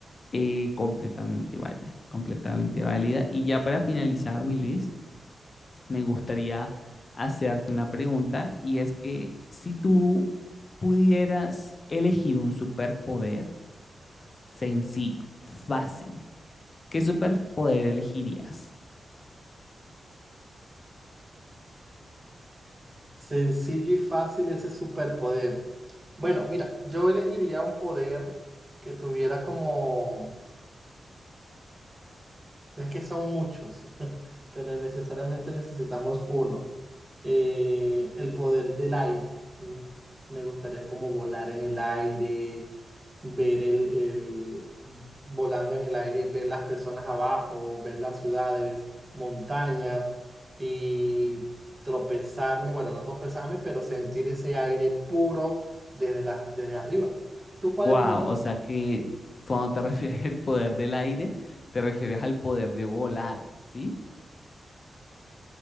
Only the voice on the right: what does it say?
Sencillo y fácil ese superpoder. Bueno, mira, yo elegiría un poder que tuviera como... Es que son muchos, <laughs> pero necesariamente necesitamos uno. Eh, el poder del aire. Mm, Me gustaría como volar en el aire, ver el, el- volando en el aire, ver las personas abajo, ver las ciudades, montañas y tropezarme, bueno, no tropezarme, pero sentir ese aire puro desde la, desde arriba. ¿Tú cuál
elegirías?